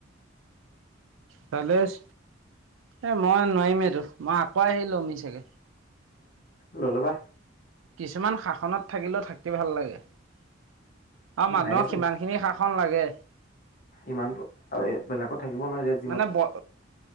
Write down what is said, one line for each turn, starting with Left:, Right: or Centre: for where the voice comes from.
Right: তালেছ। এ মই নোৱাৰিমেই এইটো মই আকৌ আহি লোমি চাগে।
Left: ললবা।
Right: কিছুমান শা। সনত থাকিলেও থাকি ভাল লাগে আৰু মানুহক
Left: নাইচোন
Right: সিমানখিনি শাসন লাগে।
Left: ইমানতো আৰু এ বেলেগত থাকিব নোৱাৰে যে।
Right: মানে ব। <inaudible>